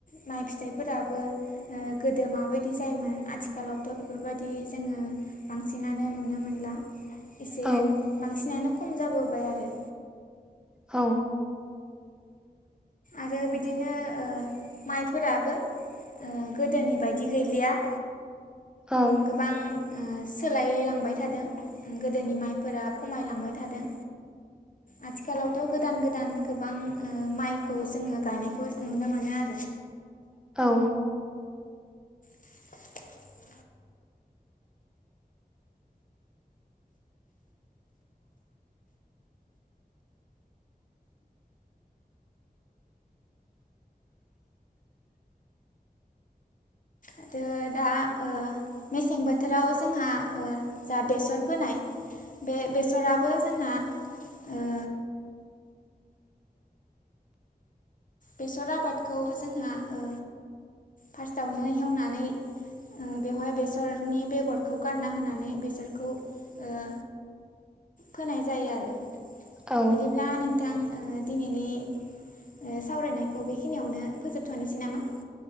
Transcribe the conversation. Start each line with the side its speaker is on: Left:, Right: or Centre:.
Left: माइ फिथाइफोराबो ओ गोदो माबायदि जायोमोन आथिखालावथ' बेफोरबायदि जोङो बांसिनानो नुनो मोनला एसे
Centre: औ
Left: बांसिनानो खम जाबोबाय आरो।
Centre: औ
Left: आरो बिदिनो ओ माइफोराबो ओ गोदोनि बायदि गैलिया
Centre: ओं
Left: गोबां ओ सोलायलांबाय थादों ओ गोदोनि माइफोरा खमायलांबाय थादों। आथिखालावथ' गोदान गोदान गोबां ओ माइ खौ जोङो गायनायखौ नुनो मोनो आरो
Centre: औ
Left: <unintelligible> आरो दा ओ मेसें बोथोराव जोंहा ओ जा बेसर फोनाय बे बेसराबो जोंना ओ बेसर आबादखौ जोंहा ओ फार्स्टआवनो हेवनानै ओ बेवहाय बेसरनि बेगरखौ गारना होनानै बेसरखौ ओ फोनाय जायो आरो।
Centre: औ
Left: बिदिब्ला नोंथां ओ दिनैनि ओ सावरायनाय बेखौ बेखिनियावनो फोजोबथ'नोसै नामा